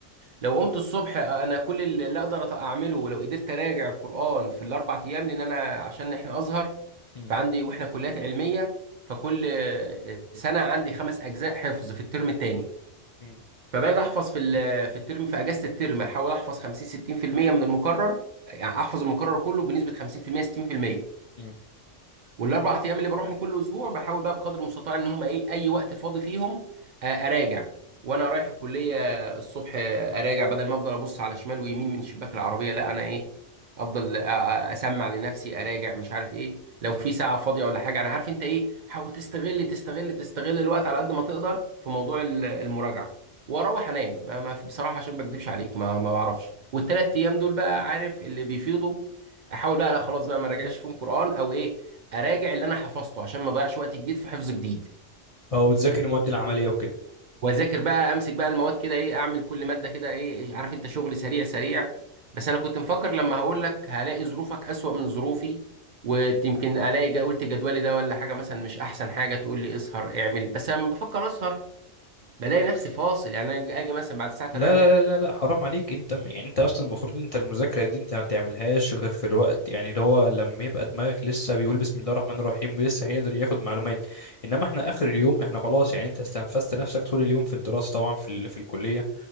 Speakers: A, on the right; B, on the left.
A: لو قمت الصبح انا كل اللي اللي اقدر اعمله لو قدرت اراجع القران في الاربع ايام لان انا عشان احنا ازهر
B: مم.
A: فعندي واحنا كليات علميه فكل سنه عندي خمس اجزاء حفظ في الترم الثاني
B: مم.
A: فباجي احفظ في ال- في الترم في اجازه الترم احاول احفظ 50 60% من المكرر يعني احفظ المكرر كله بنسبه 50% 60%
B: مم.
A: والاربع ايام اللي بروحهم كل اسبوع بحاول بقى بقدر المستطاع ان هم ايه اي وقت فاضي فيهم آه، اراجع وانا رايح الكليه الصبح آه، اراجع بدل ما افضل ابص على شمال ويمين من شباك العربيه لا انا ايه افضل أ- أ- اسمع لنفسي اراجع مش عارف ايه لو في ساعه فاضيه ولا حاجه انا عارف انت ايه حاول تستغل تستغل تستغل الوقت على قد ما تقدر في موضوع ال- المراجعه واروح انام ما ما- بصراحه عشان ما اكذبش عليك ما ما بعرفش والثلاث ايام دول بقى عارف اللي بيفيضوا احاول بقى لا خلاص بقى ما راجعش فيهم قران او ايه اراجع اللي انا حفظته عشان ما اضيعش وقت جديد في حفظ جديد
B: او تذاكر المواد العمليه وكده
A: واذاكر بقى امسك بقى المواد كده ايه اعمل كل ماده كده ايه إيه، عارف انت شغل سريع سريع بس انا كنت مفكر لما هقول لك هلاقي ظروفك اسوأ من ظروفي ويمكن الاقي جا- قلت جدولي ده ولا حاجه مثلا مش احسن حاجه تقول لي اسهر اعمل بس لما بفكر اسهر بلاقي نفسي فاصل يعني انا اجي مثلا بعد الساعه 8
B: لا لا لا لا لا حرام عليك انت يعني انت اصلا المفروض انت المذاكره دي انت ما تعملهاش غير في الوقت يعني اللي هو لما يبقى دماغك لسه بيقول بسم الله الرحمن الرحيم ولسه هيقدر ياخد معلومات انما احنا اخر اليوم احنا خلاص يعني انت استنفذت نفسك طول اليوم في الدراسه طبعا في ال... في الكليه